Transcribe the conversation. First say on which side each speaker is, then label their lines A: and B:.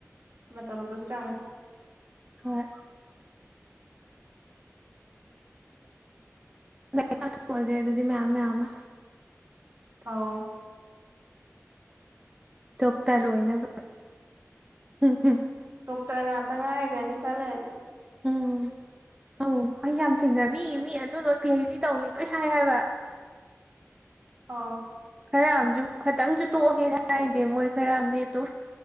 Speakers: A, on the right; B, on the right.
A: ꯃꯇꯝ ꯑꯗꯨꯝ ꯆꯪꯉꯦ
B: ꯍꯣꯏ ꯂꯥꯢꯔꯤꯛ ꯄꯥꯊꯣꯛ ꯑꯁꯦ ꯑꯗꯨꯗꯤ ꯃꯌꯥꯝ ꯃꯌꯥꯝ ꯑꯃ
A: <unintelligible> ꯑꯣ
B: ꯗꯣꯛꯇꯔ ꯑꯣꯏꯅꯕ ꯑꯨꯝꯍꯨꯝ
A: ꯗꯣꯛꯇꯔ ꯉꯥꯠꯇ ꯉꯥꯏꯒ꯭ꯔꯅꯤ ꯈꯔ ꯂꯩꯔꯗꯤ
B: ꯎꯝ ꯑꯧ ꯑꯩ ꯌꯥꯝ ꯊꯦꯡꯅꯃꯤ ꯃꯤ ꯑꯗꯨ ꯂꯣꯢ ꯄꯤ ꯑꯩꯆ ꯗꯤ ꯇꯧꯅꯤ ꯂꯣꯏ ꯍꯥꯏ ꯍꯥꯏꯕ <inaudible>
A: ꯑꯣ
B: ꯈꯔ ꯑꯝꯖꯨ ꯈꯇꯪꯁꯨ ꯇꯣꯛꯑꯒꯦꯗꯤ ꯍꯥꯏꯗꯦ ꯃꯣꯏ ꯈꯔ ꯑꯃꯗꯤ ꯇꯣ